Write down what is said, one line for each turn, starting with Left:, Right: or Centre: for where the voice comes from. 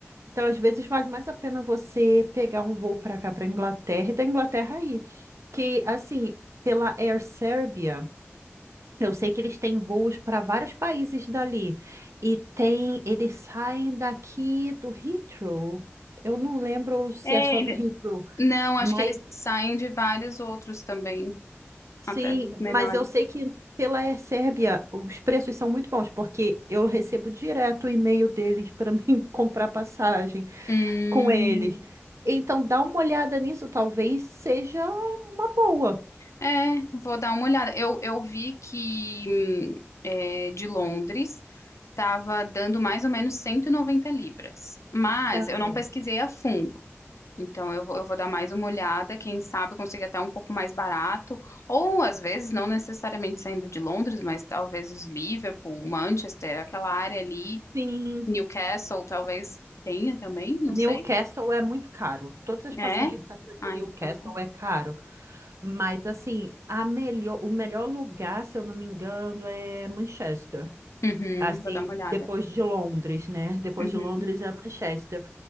Right: Então, às vezes vale mais a pena você pegar um voo para cá, para Inglaterra e da Inglaterra aí, que assim, pela Air Serbia, eu sei que eles têm voos para vários países dali e tem, eles saem daqui do Heathrow. Eu não lembro se
Left: É,
Right: é só
Left: ele...
Right: do Heathrow,
Left: Não,
Right: mas
Left: acho que eles saem de vários outros também,
Right: Sim,
Left: até dos menores.
Right: mas eu sei que pela Sérbia os preços são muito bons, porque eu recebo direto o e-mail deles para <laughs> mim comprar passagem
Left: Hum,
Right: com eles. Então dá uma olhada nisso, talvez seja uma boa.
Left: é, vou dar uma olhada. Eu, eu vi que hum, é, de Londres estava dando mais ou menos 190 libras, mas
Right: Aham.
Left: eu não pesquisei a fundo. Então eu vou, eu vou dar mais uma olhada, quem sabe eu consiga até um pouco mais barato, ou às vezes não necessariamente saindo de Londres, mas talvez os Liverpool, Manchester, aquela área ali,
Right: Sim,
Left: Newcastle talvez tenha também, não
Right: Newcastle
Left: sei.
Right: é muito caro. Todas as
Left: É?
Right: passagens saindo
Left: Ah,
Right: de Newcastle
Left: então.
Right: é caro. Mas assim, a melhor, o melhor lugar, se eu não me engano, é Manchester.
Left: Uhum,
Right: Assim,
Left: vou dar uma olhada.
Right: depois de Londres, né? Depois
Left: Uhum.
Right: de Londres é Manchester.